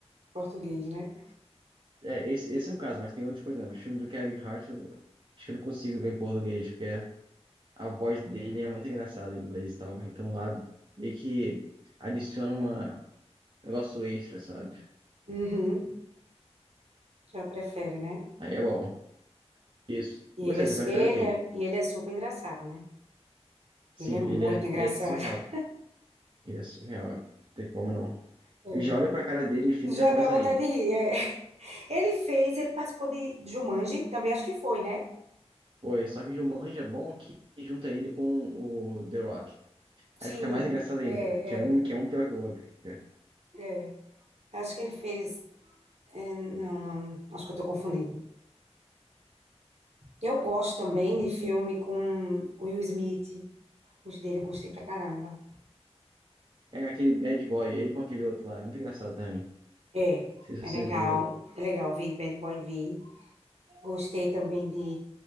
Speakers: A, on the right; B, on the right.
A: português, né?
B: É, esse, esse é um caso, mas tem outros, por exemplo, o filme do Kevin Hart, eu acho que eu não consigo ver em português, porque a voz dele é muito engraçada em inglês e tal. Então lá meio que adiciona uma, um negócio extra, sabe?
A: Uhum, já prefere, né?
B: Aí é bom. Isso.
A: E
B: E Você,
A: ele
B: você
A: é, su-
B: prefere
A: ele
B: o quê?
A: é, e ele é super engraçado, né?
B: Sim,
A: Ele é muito
B: ele é, ele
A: engraçado.
B: é surreal.
A: <laughs>
B: Ele é surreal, não tem como não.
A: Ele-
B: Eu já olho pra cara dele no filme
A: Já
B: e já começo
A: dá vontade
B: a rir.
A: de rir. é. Ele fez, ele participou de Jumanji, também acho que foi, né?
B: Pô, e só que o Jumanji é bom que junta ele com o The Rock.
A: Sim,
B: Aí fica mais engraçado ainda,
A: é,
B: cara. Que é um,
A: é,
B: que é um pior que o outro, cara.
A: é. Acho que ele fez. é, não, não, acho que eu tô confundindo. Eu gosto também de filme com o Will Smith. Os dele eu gostei pra caramba.
B: É aquele bad boy, ele com aquele outro lá. É muito engraçado também. Não
A: É,
B: sei se
A: é
B: você
A: legal.
B: viu.
A: É legal vi Bad Boy vi Gostei também de